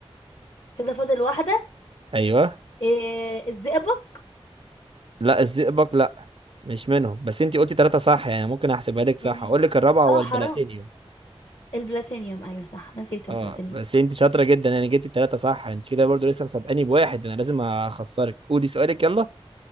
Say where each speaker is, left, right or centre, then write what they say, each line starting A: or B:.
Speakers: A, on the left; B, on the right.
A: كده فاضل واحدة
B: ايوه
A: إيه الزئبق
B: لا الزئبق لا مش منهم بس انتي قلتي ثلاثه صح يعني ممكن احسبها لك صح
A: يعني
B: اقول لك الرابعه هو
A: اه
B: البلاتينيوم
A: حرام البلاتينيوم ايوه صح نسيت
B: اه
A: البلاتينيوم
B: بس انت شاطره جدا يعني جبتي التلاته صح انت كده برضو لسه مسابقاني بواحد انا لازم اخسرك قولي سؤالك يلا